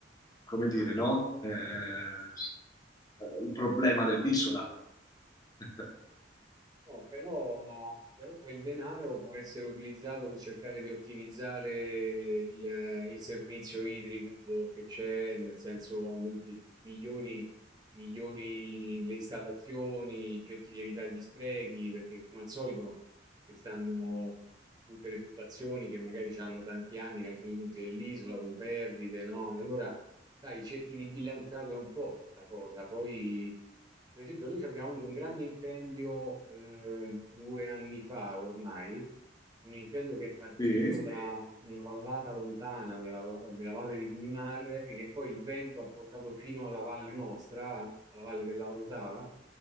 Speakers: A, on the left; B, on the right.
A: come dire, no? Eh, eh, il problema dell'isola. <laughs>
B: No, però, però quel denaro può essere utilizzato per cercare di ottimizzare il, il servizio idrico che c'è, nel senso aumenti, migliori, migliori le installazioni, cerchi di evitare gli sprechi, perché come al solito ci stanno tutte le tubazioni che magari hanno tanti anni in alcuni punti dell'isola con perdite, no? E Allora Sai, cerchi di bilanciarla un po' la cosa. Poi, per esempio, noi ci abbiamo avuto un grande incendio eh, due anni fa ormai, un incendio che è partito
A: Sì?
B: da Eh, una vallata lontana della, della valle di Guimar e che poi il vento ha portato fino alla valle nostra, alla valle dell'Avrotava